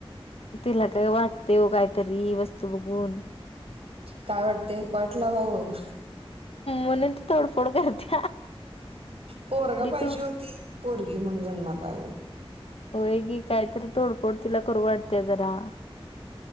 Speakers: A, on the left; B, on the right.
A: तिला का वाटते हो कायतरी वस्तू बघून.
B: काय वाटते वाटलं भाऊ
A: मन ते तोडफोड कर.
B: पोरगा पाहिजे
A: तोड
B: होती पोरगी म्हण जन्माला आ.
A: होयगी काहीतरी तोडफोड तिला करू वाटते जरा